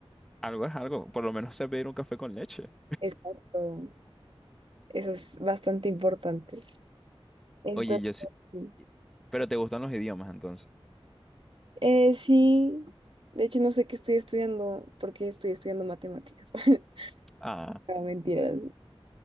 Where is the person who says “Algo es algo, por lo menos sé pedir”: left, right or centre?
Centre